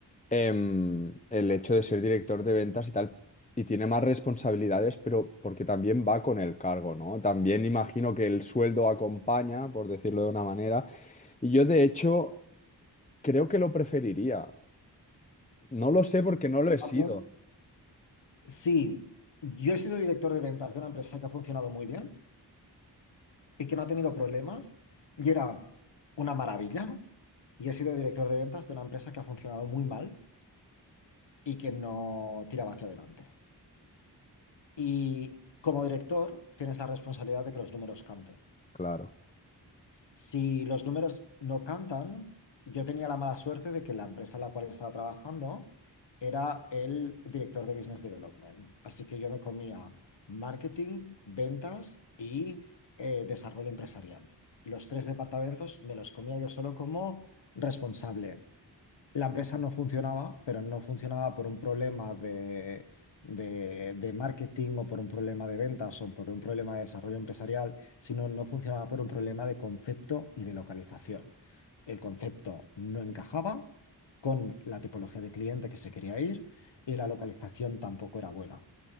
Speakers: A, on the left (about 15°); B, on the left (about 90°).
A: em, el hecho de ser director de ventas y tal, y tiene más responsabilidades, pero porque también va con el cargo, ¿no? También imagino que el sueldo acompaña, por decirlo de una manera, y yo de hecho creo que lo preferiría. No lo sé porque no lo he sido.
B: También, Sí, yo he sido director de ventas de una empresa que ha funcionado muy bien. y que no ha tenido problemas y era una maravilla. Y he sido director de ventas de una empresa que ha funcionado muy mal y que no tiraba hacia adelante. Y como director tienes la responsabilidad de que los números canten.
A: Claro.
B: Si los números no cantan, yo tenía la mala suerte de que la empresa en la cual estaba trabajando era el director de Business Development. Así que yo me comía marketing, ventas y eh, desarrollo empresarial. Los tres departamentos me los comía yo solo como responsable. La empresa no funcionaba, pero no funcionaba por un problema de, de- de marketing o por un problema de ventas o por un problema de desarrollo empresarial, sino no funcionaba por un problema de concepto y de localización. El concepto no encajaba con la tipología de cliente que se quería ir y la localización tampoco era buena.